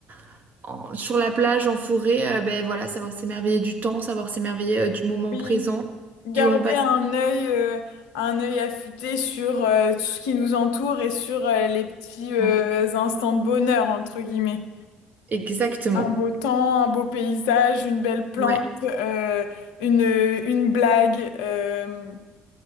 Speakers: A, on the right; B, on the left.
A: <laughs> en- sur la plage, en forêt, euh, ben voilà, savoir s'émerveiller du temps, savoir s'émerveiller euh, du moment
B: Oui,
A: présent,
B: garder
A: du moment passé.
B: un œil, euh, un œil affûté sur euh, tout ce qui nous entoure et sur euh, les petits euh,
A: Bon,
B: instants de bonheur, entre guillemets.
A: Exactement.
B: Un beau temps, un beau paysage, une belle plante,
A: Ouais,
B: euh, une, une blague. euh,